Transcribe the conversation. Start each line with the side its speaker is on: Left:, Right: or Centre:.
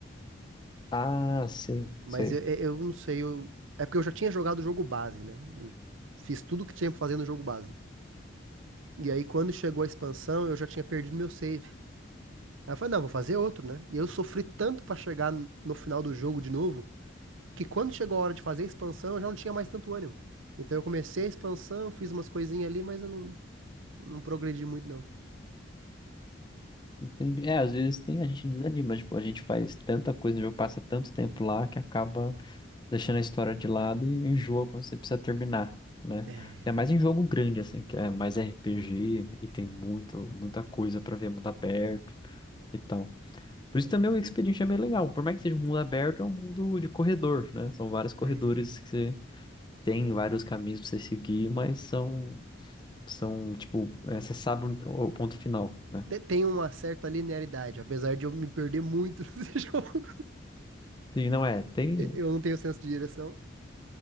Left: Ah, sei,
Right: Mas
Left: sei.
Right: eu, eu eu não sei, eu, é porque eu já tinha jogado o jogo base, né? Eu fiz tudo que tinha pra fazer no jogo base. E aí, quando chegou a expansão, eu já tinha perdido meu save. Aí eu falei, não, vou fazer outro, né? E eu sofri tanto pra chegar n- no final do jogo de novo, que quando chegou a hora de fazer a expansão, eu já não tinha mais tanto ânimo. Então eu comecei a expansão, fiz umas coisinhas ali, mas eu não, não progredi muito, não.
Left: Entendi. É, às vezes tem, a gente desanima, tipo, a gente faz tanta coisa, o jogo passa tanto tempo lá que acaba deixando a história de lado e enjoa quando você precisa terminar, né?
Right: É,
Left: Ainda mais em jogo grande, assim, que é mais RPG e tem muito, muita coisa pra ver, mundo aberto e tal. Por isso também o Expedient é bem legal. Por mais que seja um mundo aberto, é um mundo de corredor, né? São vários corredores
Right: é.
Left: que você tem, vários caminhos pra você seguir, mas são, são tipo, é, você sabe onde- o ponto final, né?
Right: Te- Tem uma certa linearidade, apesar de eu me perder muito <laughs> nesse jogo.
Left: Sim, não é, tem...
Right: E- Eu não tenho senso de direção.